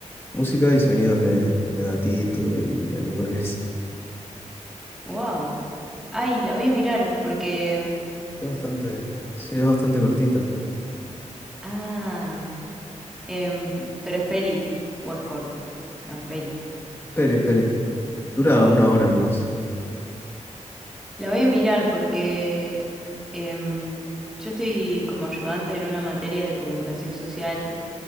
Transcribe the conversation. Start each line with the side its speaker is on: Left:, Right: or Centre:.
Left: música y sonidos de, de gatitos y animales. <laughs>
Centre: Wow. Ay, la voy a mirar porque.
Left: Es bastante, sí, es bastante cortita.
Centre: Ah. em, pero es peli o es corto. No es peli.
Left: Es peli, es peli. Dura una hora nomás.
Centre: La voy a mirar porque em, yo estoy como ayudante en una materia de comunicación social